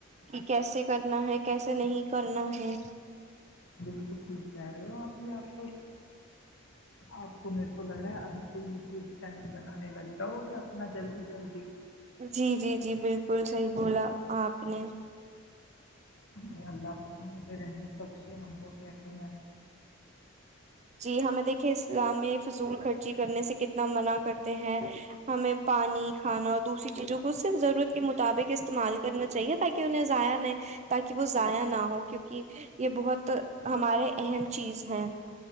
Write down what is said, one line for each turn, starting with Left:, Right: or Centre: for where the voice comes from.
Right: کہ کیسے کرنا ہے کیسے نہیں کرنا ہے
Left: بالکل ٹھیک کہہ رہے ہو ابھی آپ کو آپ کو میرے کو لگ رہا ہے ابھی کو یوٹیوب چینل بنانے لگ جاؤ گے اپنا جلدی جلدی
Right: جی جی جی بالکل صحیح بولا آپ نے
Left: <unintelligible> <unintelligible> <unintelligible>
Right: جی ہمیں دیکھیے اسلام میں فضول خرچی کرنے سے کتنا منع کرتے ہیں ہمیں پانی ھانا اور دوسری چیزوں کو خ سے ضرورت کے مطابق استعمال کرنا چاہیے تاکہ انہیں ضائع نہیں تاکہ وہ ضائع نہ ہو کیونکہ یہ بہت تو ہمارے اہم چیز ہیں